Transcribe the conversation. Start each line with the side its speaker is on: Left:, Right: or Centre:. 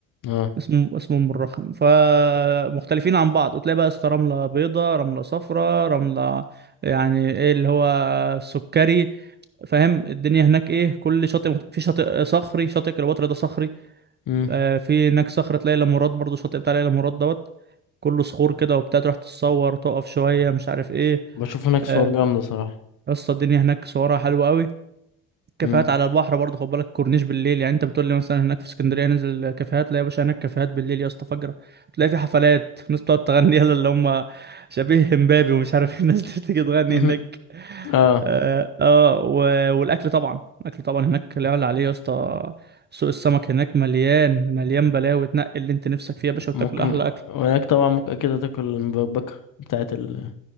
Left: اه
Right: اسمه اسمه ام الرخم فمختلفين عن بعض وتلاقي بقى اسطى رملة بيضة رملة صفراء رملة يعني ايه اللي هو سكري فاهم الدنيا هناك ايه كل شاطئ مخت... في شاطئ صخري شاطئ كليوباترا ده صخري
Left: امم
Right: آه في هناك صخرة تلاقي لامورات مراد برضه شاطئ بتاع ليلى مراد دوت كله صخور كده وبتاع تروح تتصور تقف شوية مش عارف ايه
Left: بشوف هناك
Right: آه،
Left: صور جامدة صراحة
Right: يا اسطى الدنيا هناك صورها حلوة قوي كافيهات
Left: مم.
Right: على البحر برضه خد بالك كورنيش بالليل يعني انت بتقول لي مثلا هناك في اسكندريه ننزل كافيهات لا يا باشا هناك كافيهات بالليل يا اسطى فجره تلاقي في حفلات ناس بتقعد تغني يلا اللي هم شبيه امبابي ومش عارف ايه، <laughs> الناس دي بتيجي تغني
Left: مهم.
Right: هناك
Left: <laughs> اه
Right: اه, آه و- والاكل طبعا الاكل طبعا هناك لا يعلى عليه يا اسطى سوق السمك هناك مليان مليان بلاوي تنقي اللي انت نفسك فيه يا باشا وتاكل
Left: ممكن
Right: احلى اكل
Left: وهناك طبعا ممكن اكيد تاكل المبكبكة بتاعت ال